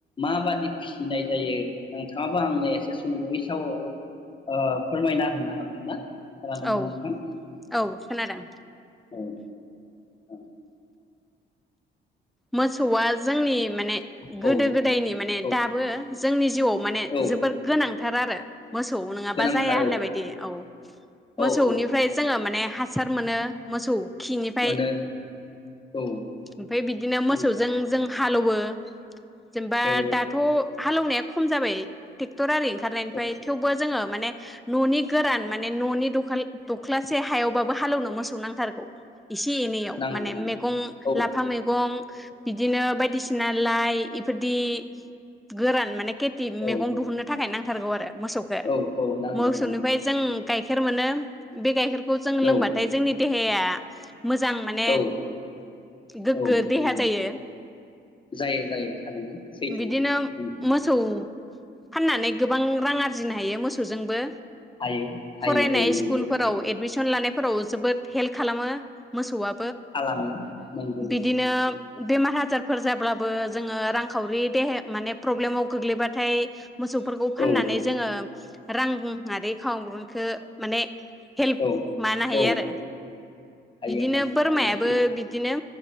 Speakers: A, on the left; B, in the centre.
A: माबादि फिसिनाय जायो नोंथाङाबो आंनो एसे सुंद'यै साव ओ फोरमायना होनो हागोन ना? खोनादोंना
B: औ
A: नोंथां
B: औ खोनादों
A: औ औ
B: मोसौआ जोंनि माने
A: औ
B: गोदो गोदायनि माने
A: औ
B: दाबो जोंनि जिउआव माने
A: औ
B: जोबोर गोनां थार आरो मोसौ नङाबा
A: गोनांथार
B: जाया होननाय
A: औ
B: बायदि औ मोसौनिफ्राय
A: औ औ
B: जोङो माने हासार मोनो मोसौ खिनिफ्राय
A: मोनो औ
B: ओमफाय बिदि मोसौजों
A: नंगौ
B: जों हालौयो जेनैबा
A: हेवो औ
B: दाथ' हालौनाया खम जाबाय टेक्टर आरि ओंखारनायनिफ्राय
A: औ
B: थेवबो जोङो माने न'नि गोरान माने न'नि दखाल दख्लासे हायावबाबो हालौनो मोसौ नांथारगौ एसे एनैयाव
A: नांगौ
B: माने
A: नांगौ
B: मेगं
A: औ
B: लाफा मै गं बिदिनो बायदिसिना लाइ इफोद दि गोरान माने खेथि
A: औ
B: मेगं दुहुननो थाखाय नां थारगौ आरो मोसौखो
A: औ औ नांगौ
B: मोसौनिफ्राय
A: नांगौ नांगौ
B: जों गाइ खेर मोनो बे गाइखेर खौ जों लोंबाथाय
A: औ
B: जोंनि दे हेया मोजां माने
A: औ
B: गोग
A: औ
B: गो देहा
A: नंगौ
B: जायो
A: जायो जायो थारैनो सैथो
B: बिदिनो
A: नंगौ
B: मोसौ फाननानै गोबां रां आरजिनो हायो मोसौजोंबो
A: हायो हायो
B: फरायनाय
A: औ
B: सिकुलफोराव
A: नंगौ सैथो
B: एडमिसन लानाय फोराव जोबोद हेल खालामो मोसौआ
A: खालामो नंगौ।
B: बिदिनो
A: नंगौ
B: बेमार हाजारफोर जाब्लाबो जोङो रांखावरि देहाया माने प्रब्लेमाव गोग्लैबाथाय मोसौफोरखौ फाननानै
A: औ
B: जोङो रां आरि खावग्रुनखो माने हेल्प
A: औ
B: मानो हायो
A: औ
B: आरो
A: हायो
B: बिदिनो
A: हायो
B: बोरमायाबो
A: थारैनो सैथो
B: बिदिनो